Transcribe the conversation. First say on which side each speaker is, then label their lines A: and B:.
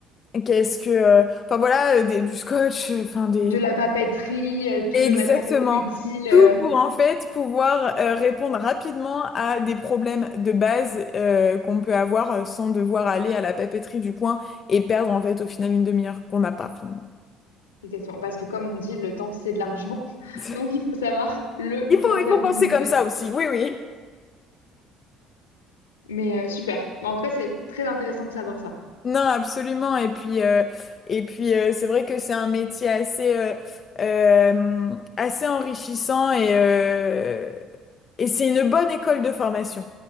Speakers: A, on the left; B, on the left.
A: qu'est-ce que. euh, Enfin, voilà, euh, des- du scotch, euh, enfin, des,
B: De la papeterie, euh, tout
A: Exactement.
B: le matériel utile.
A: Tout
B: euh,
A: pour en fait pouvoir euh, répondre rapidement à des problèmes de base euh, qu'on peut avoir euh, sans devoir aller à la papeterie du coin et perdre en fait au final une demi-heure qu'on n'a pas finalement.
B: exactement, parce que comme on dit, le temps, c'est de l'argent. <laughs>
A: <laughs>
B: Donc, il faut savoir le
A: Il
B: rentabiliser.
A: faut, il faut penser comme ça aussi, oui, oui.
B: Mais euh, super. Mais en tout cas, c'est très intéressant de savoir ça.
A: Non, absolument. Et puis, euh, et puis euh, c'est vrai que c'est un métier assez, euh, euh, assez enrichissant et, euh, et c'est une bonne école de formation.